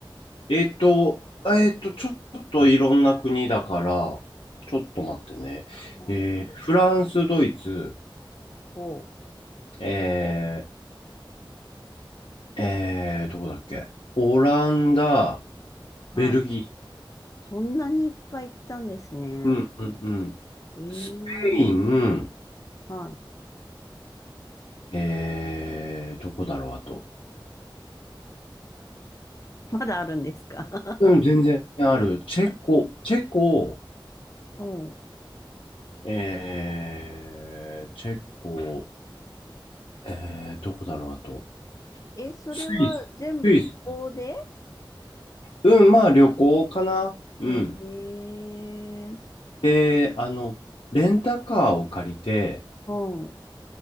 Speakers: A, on the left; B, on the left.
A: えっと、えっと、ちょっといろんな国だから、ちょっと待ってね。
B: はい。
A: えー、フランス、ドイツ、
B: お、
A: えー、えー、どこだっけオランダ、
B: はい。
A: ベルギ
B: そんなにいっぱい行ったんですね。
A: ー、うんうんうん。
B: えー、
A: スペイン、
B: はい。
A: えー、どこだろう、あと。
B: まだあるんですか
A: うん、全然ある。チェコ、チェコ、
B: <laughs> うん。
A: えー、チェコ、えー、どこだろう、あと。
B: え、それは全部旅行で
A: スイス、スイス。うん、まあ旅行かな。うん。
B: ええ
A: で、あの、レンタカーを借りて、
B: うん。